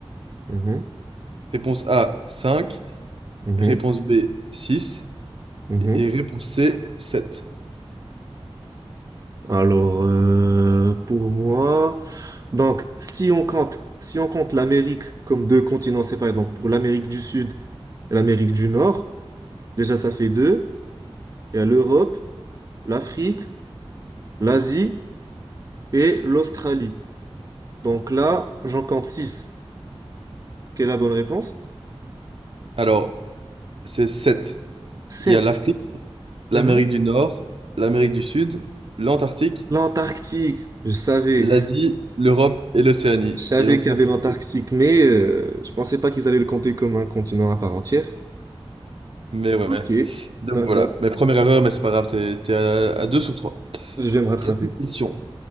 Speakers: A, on the right; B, on the right.
A: Mhm,
B: Réponse A, 5.
A: mhm,
B: Réponse B, 6.
A: mhm.
B: Et réponse C, 7.
A: Alors, euh, pour moi, donc si on compte, si on compte l'Amérique comme deux continents séparés, donc pour l'Amérique du Sud et l'Amérique du Nord, déjà ça fait deux. Il y a l'Europe, l'Afrique, l'Asie et l'Australie. Donc là, j'en compte six. Quelle est la bonne réponse?
B: Alors, c'est 7.
A: Sept.
B: Il y a l'Afrique, l'Amérique
A: Hein
B: du Nord, l'Amérique du Sud, l'Antarctique,
A: L'Antarctique, je savais,
B: l'Asie, l'Europe et l'Océanie.
A: <laughs> je savais
B: Et donc
A: qu'il
B: ça
A: y avait
B: fait
A: l'Antarctique,
B: 7.
A: mais euh, je pensais pas qu'ils allaient le compter comme un continent à part entière.
B: Mais ouais.
A: Ok,
B: Donc
A: d'accord,
B: voilà. Mais première erreur, mais c'est pas grave, t'es, t'es à, à 2 sur 3.
A: je vais me rattraper.
B: Quatrième question.